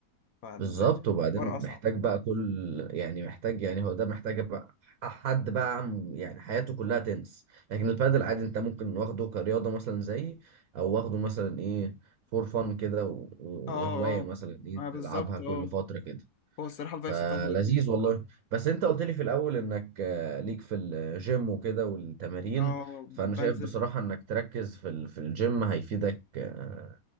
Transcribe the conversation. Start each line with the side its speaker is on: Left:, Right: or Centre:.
Left: فالحوار
Right: بالظبط وبعدين
Left: اصعب
Right: محتاج بقى كل يعني محتاج يعني هو ده محتاج بقى حد بقى عم- يعني حياته كلها تنس لكن البادل عادي انت ممكن واخده كرياضة مثلا زي او واخده مثلا ايه فور فن كده و- و-
Left: اه
Right: وهواية
Left: اه
Right: مثلا ايه
Left: ما بالظبط
Right: تلعبها كل
Left: اه
Right: فترة كده
Left: هو الصراحه الفايبس
Right: فلذيذ
Left: بتاعته لذيذه الصراحه
Right: والله بس انت قلت لي في الاول انك آه، ليك في الجيم وكده والتمارين
Left: اه
Right: فانا
Left: بنزل
Right: شايف بصراحة انك تركز في ال- في الجيم هيفيدك آه،